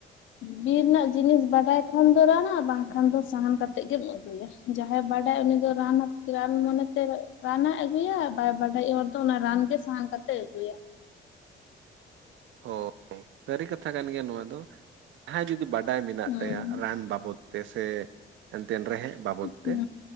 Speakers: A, on the left; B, on the right.
A: ᱵᱤᱨ ᱨᱮᱱᱟᱜ ᱡᱤᱱᱤᱥ ᱵᱟᱰᱟᱭ ᱠᱷᱟᱱ ᱫᱚ ᱨᱟ-ᱱᱟ ᱵᱟᱝᱠᱷᱟᱱ ᱫᱚ ᱥᱟᱦᱟᱱ ᱠᱟᱛᱮᱜ ᱜᱮᱢ ᱟᱹᱜᱩᱭᱟ ᱡᱟᱦᱟᱸᱭ ᱵᱟᱰᱟᱭ ᱩᱱᱤ ᱫᱚ ᱨᱟᱱ ᱟᱛ ᱨᱟᱱ ᱢᱚᱱᱮᱛᱮ ᱨᱟᱱᱮ ᱟᱹᱜᱩᱭᱟ ᱵᱟᱭ ᱵᱟᱰᱟᱭᱤᱡ ᱦᱚᱲ ᱫᱚ ᱚᱱᱟ ᱨᱟᱱ ᱜᱮ ᱥᱟᱦᱟᱱ ᱠᱟᱛᱮ ᱟᱹᱜᱩᱭᱟ
B: ᱳᱜ ᱥᱟᱹᱨᱤ ᱠᱟᱛᱷᱟ ᱠᱟᱱ ᱜᱮᱭᱟ ᱱᱚᱣᱟ ᱫᱚ ᱦᱮ ᱡᱩᱫᱤ ᱵᱟᱰᱟᱭ ᱢᱮᱱᱟᱜ
A: ᱦᱩᱸ
B: ᱛᱟᱭᱟ ᱨᱟᱱ ᱵᱟᱵᱚᱫ ᱛᱮᱥᱮ ᱮᱱᱛᱮᱱ ᱨᱮᱦᱮᱫ ᱵᱟᱵᱚᱫ
A: ᱦᱩᱸ
B: ᱛᱮ